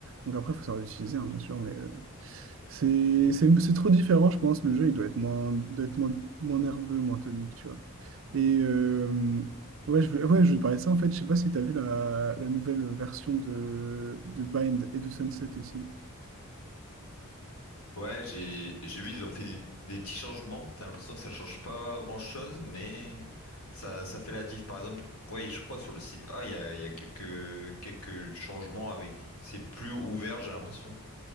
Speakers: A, on the right; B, on the left.
A: Donc, après, il faut savoir l'utiliser, hein, bien sûr, mais euh, c'est c'est- c'est trop différent, je pense. Le jeu, il doit être moins, doit être moins, moins nerveux, moins tonique, tu vois. Et euh, ouais, je voulais, ouais, je voulais te parler de ça, en fait. Je sais pas si tu as vu la, la nouvelle version de, de Bind et de Sunset aussi.
B: Ouais, j'ai j'ai vu, ils ont fait des, des petits changements. T'as l'impression que ça change pas grand-chose, mais ça, ça fait la diff. Par exemple, ouais, je crois sur le site A, il y a, il y a quelques, quelques changements avec... C'est plus ouvert, j'ai l'impression.